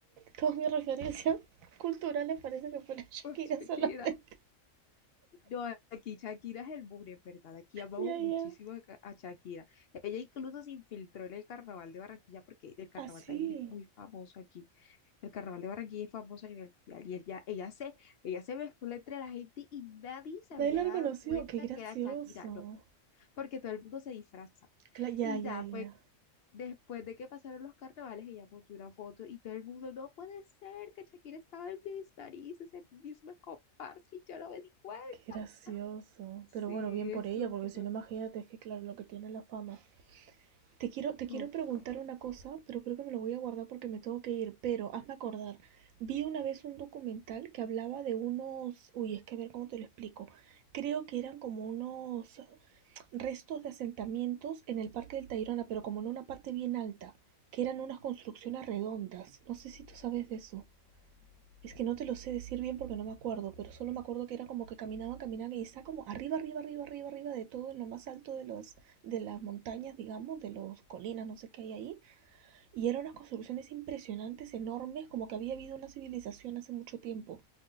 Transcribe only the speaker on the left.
por Shakira.
No, aquí Shakira es el muro, en verdad. Aquí amamos
muchísimo
a, Ca- a Shakira. Ella incluso se infiltró en el carnaval de Barranquilla porque el carnaval
también es muy famoso aquí. El carnaval de Barranquilla es famoso a nivel mundial y ella, ella se, ella se mezcló entre la gente y nadie se había
dado
cuenta
que era Shakira, no, porque todo el mundo se disfraza.
Y
ya
fue
después de que pasaron los carnavales, ella montó una foto y todo el mundo, no puede ser que Shakira estaba en mis narices, en mis misma comparsa y yo no me di cuenta.
Sí,
eso
es súper
bonita.